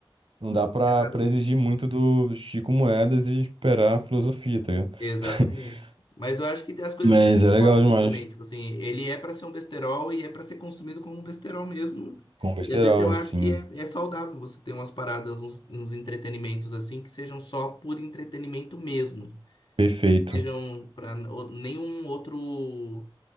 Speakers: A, on the right; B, on the left.
A: Não
B: Você
A: dá
B: não
A: pra,
B: quer nada
A: pra
B: com
A: exigir muito do Chico Moedas e esperar a filosofia, tá ligado?
B: Exatamente.
A: <laughs>
B: Mas eu acho que as coisas
A: Mas
B: têm propósito
A: é legal demais.
B: também. Tipo assim, ele é para ser um besterol e é para ser consumido como um besterol mesmo.
A: Com besterol,
B: E às vezes eu acho
A: sim.
B: que é, é saudável você ter umas paradas, uns, uns entretenimentos assim, que sejam só por entretenimento mesmo.
A: Perfeito.
B: Sejam para nenhum outro,